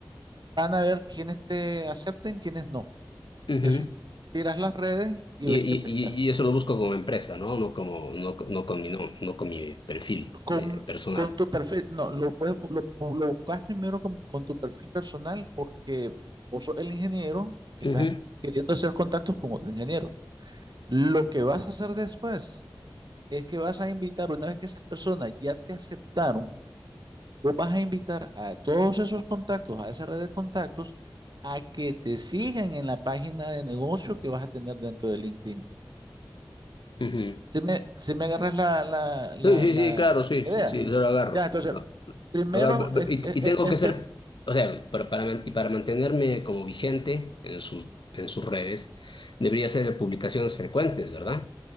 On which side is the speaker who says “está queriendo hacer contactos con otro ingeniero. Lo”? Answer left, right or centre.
Right